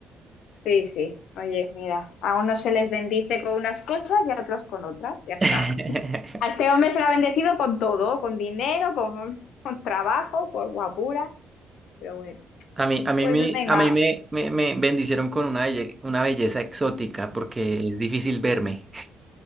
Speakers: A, on the left; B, on the right.
A: sí, sí. Oye, mira, a unos se les bendice con unas cosas y a otros con otras, ya está.
B: <laughs>
A: A este hombre se le ha bendecido con todo, con dinero, con, <laughs> con trabajo, con guapura, pero bueno.
B: A mí, a mí,
A: Pues
B: me,
A: venga.
B: a mí me, me, me bendicieron con una, belle- una belleza exótica porque es difícil verme.